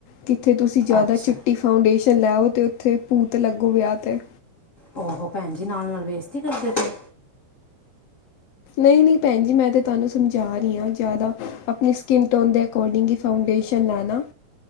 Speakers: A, on the left; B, on the left.
A: ਕਿਥੇ ਤੁਸੀ ਜ਼ਿਆਦਾ
B: ਅੱਛਾ
A: ਚਿੱਟੀ ਫਾਉਂਡੇਸ਼ਨ ਲੈ ਆਓ, ਤੇ ਉਥੇ ਭੂਤ ਲੱਗੋ ਵਿਆਹ ਤੇ।
B: ਉਹੋ ਭੈਣ ਜੀ, ਨਾਲ-ਨਾਲ ਬੇਸਤੀ ਕਰਦੇ ਪਏ।
A: ਨਹੀ-ਨਹੀ ਭੈਣ ਜੀ, ਮੈ ਤਾ ਤੁਹਾਨੂੰ ਸਮਝਾ ਰਹੀ ਆਂ, ਜ਼ਿਆਦਾ ਅਪਣੀ ਸ੍ਕਿਨ ਟੋਨ ਦੇ ਅਕੋਰਡਿੰਗ ਈ ਫਾਉਂਡੇਸ਼ਨ ਲਾਣਾ,